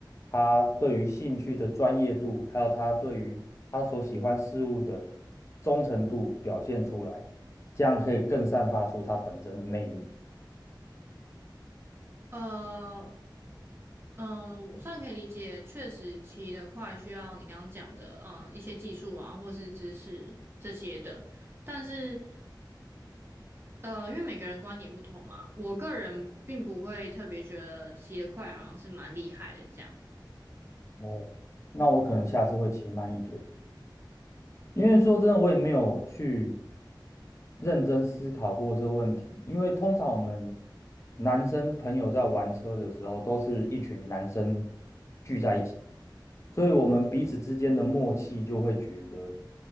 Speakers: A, on the left; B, on the right.
A: 他对于兴趣的专业度，还有他对于他所喜欢事物的忠诚度表现出来，这样可以更散发出他本身的魅力。
B: 呃，嗯，我算可以理解，确实骑得快需要你刚刚讲的，嗯，一些技术啊，或是知识这些的。但是呃，因为每个人观点不同嘛，我个人并不会特别觉得骑得快好像是蛮厉害的这样。
A: 哦，那我可能下次会骑慢一点。因为说真的，我也没有去认真思考过这个问题。因为通常我们男生朋友在玩车的时候，都是一群男生聚在一起，所以我们彼此之间的默契就会觉得，